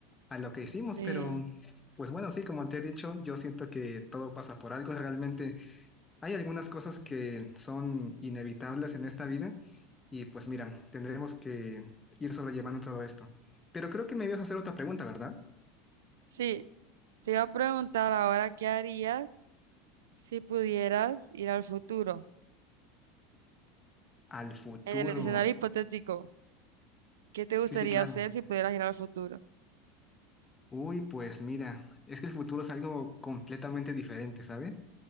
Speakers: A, on the left; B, on the right.
A: a lo que hicimos.
B: Sí,
A: Pero pues bueno, sí, como te he dicho, yo siento que todo pasa por algo. Realmente hay algunas cosas que son inevitables en esta vida y pues mira, tendremos que ir sobrellevando todo esto. Pero creo que me ibas a hacer otra pregunta, ¿verdad?
B: sí, te iba a preguntar ahora, ¿qué harías si pudieras ir al futuro?
A: Al futuro.
B: En el escenario hipotético, ¿qué te gustaría
A: Sí, sí, claro.
B: hacer si pudieras ir al futuro?
A: Uy, pues mira, es que el futuro es algo completamente diferente, ¿sabes?